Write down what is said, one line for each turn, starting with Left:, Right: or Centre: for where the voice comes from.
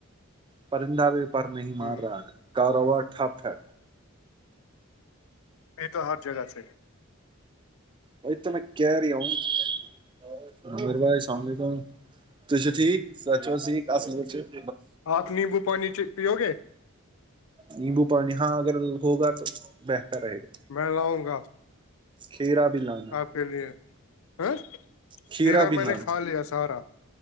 Right: پرندہ بھی پر نہیں
Left: ہے
Right: مار
Left: ہ
Right: رہا ہے کاروبار ٹھپ ہے
Left: یہ تو ہر جگہ سے ہے
Right: وت میں کریم <unintelligible>
Left: آپ نیمبو پانی پیو گے
Right: نیمبو پانی ہاں اگر ہوگا تو بہتر رہے گا
Left: میں لاؤں گا
Right: کھییرا بھی ل
Left: کے لیے ہ
Right: کھیرا
Left: ہیرا
Right: بھی
Left: میں
Right: لانانا
Left: نے کھا لیا سارا